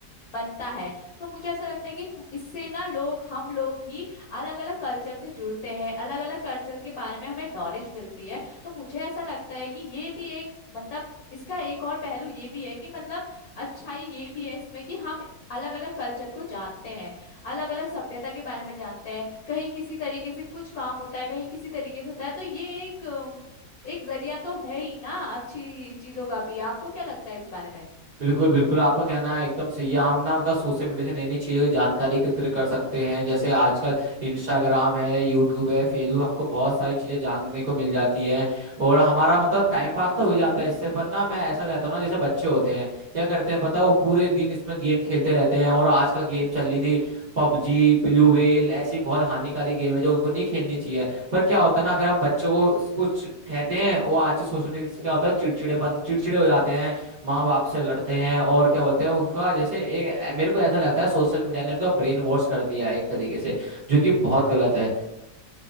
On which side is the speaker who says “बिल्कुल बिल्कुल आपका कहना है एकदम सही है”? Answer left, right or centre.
Right